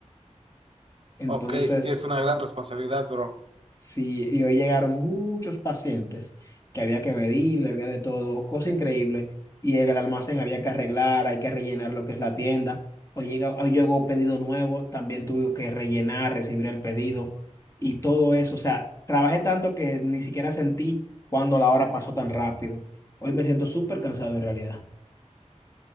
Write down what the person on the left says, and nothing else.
Entonces...
Sí, y hoy llegaron muchos pacientes que había que medirle, había de todo, cosa increíble. Y en el almacén había que arreglar, hay que rellenar lo que es la tienda. Hoy llega, hoy llegó pedido nuevo, también tuve que rellenar, recibir el pedido y todo eso. O sea, trabajé tanto que ni siquiera sentí cuando la hora pasó tan rápido. Hoy me siento súper cansado en realidad.